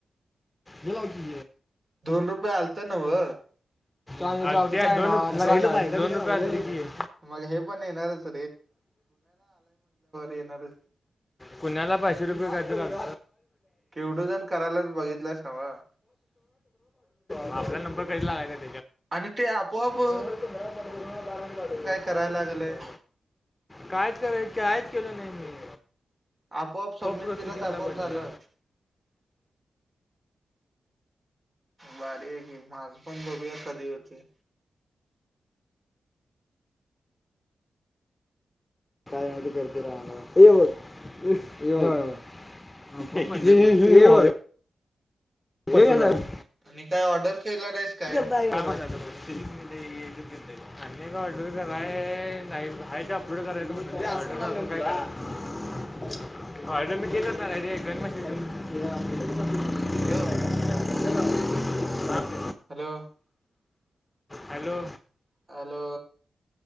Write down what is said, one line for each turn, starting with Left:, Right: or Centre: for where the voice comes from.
Left: गलाव कि
Right: दोन रुपये आलत ना व
Left: आणि त्या दोन- लागायला पाहिजे.
Right: मग
Left: दोन रुपये असते की
Right: मग हे पण येणारच येणार
Left: कुण्याला पाचशे रुपये कायद घत
Right: केवढं जण करायलाच बघितलास नव्हं.
Left: आपला नंबर कधी लागायचा
Right: आणि ते आपोआपो
Left: ज त मळा पडला पाार का
Right: करायला लागलंय
Left: कायच कराय कायच केलं नाही मी
Right: आपोआप सबमिट
Left: प्रोसेसिंगला
Right: केल्यास आपोआप
Left: पडले
Right: झालं भारी आहे की माझ पण बघुया कधी येतय
Left: काही नाही करीत राहणार अन ऎंटिलेजेबल अन ऎंटिलेजेबल
Right: आणि काय ऑर्डर केल नाहीस
Left: करता आहे.
Right: आवाजच नाही
Left: अन ऎंटिलेजेबल अन ऎंटिलेजेबल अन
Right: हॅलो
Left: ऎंटिलेजेबल
Right: हॅलो
Left: हॅलो
Right: हॅलो